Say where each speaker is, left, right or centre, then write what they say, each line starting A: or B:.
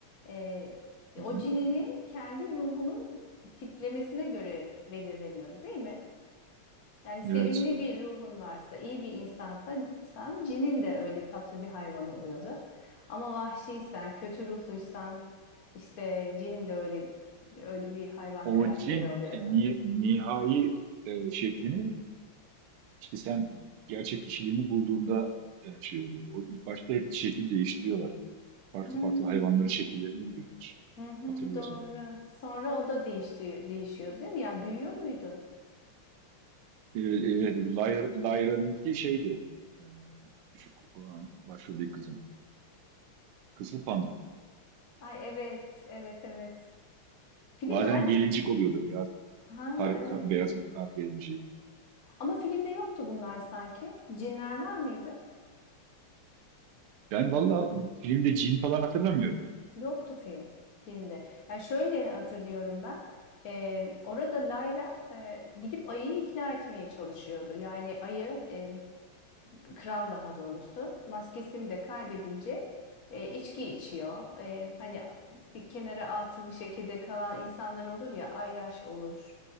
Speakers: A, on the left (about 60°); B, on the right (about 85°).
A: E,
B: Hı
A: o
B: hı.
A: cinini kendi ruhunun tiplemesine göre belirleniyordu, değil mi? Yani sevimli
B: Evet.
A: bir ruhun varsa, iyi bir insansa, san, cinin de öyle tatlı bir hayvan oluyordu. Ama vahşiysen, kötü ruhluysan, işte cinin de öyle öyle bir hayvan karakteri
B: O cin
A: oluyordu.
B: e, ni- nihai e, şeklini İşte sen gerçek kişiliğini bulduğunda e, şey oluyordu. O ilk başta hep şekil değiştiriyorlar. Farklı
A: Hmm.
B: farklı hayvanların şekillerine giriyorlar.
A: Hı hı,
B: Hatırlıyorsan.
A: doğru. Sonra o da değişti, değişiyordu değil mi? Ya büyüyor muydu?
B: E, e, Lyra- Lyra'nınki şeydi. e, küçük olan başroldeki kızın. Kızıl panda.
A: Ay evet, evet, evet. Film
B: Bazen
A: daha...
B: gelincik oluyordu. Beyaz
A: Ha
B: kar,
A: evet.
B: ka- beyaz kar gelinciği.
A: Ama filmde yoktu bunlar sanki. Cinler var mıydı?
B: Ben valla filmde cin falan hatırlamıyorum.
A: Yoktu film, filmde. Yani şöyle hatırlıyorum ben. Ee, orada Layra e, gidip ayıyı ikna etmeye çalışıyordu. Yani ayı e, kral daha doğrusu maskesini de kaybedince e, içki içiyor. E, hani bir kenara atıl bir şekilde kalan insanlar olur ya ayyaş olur.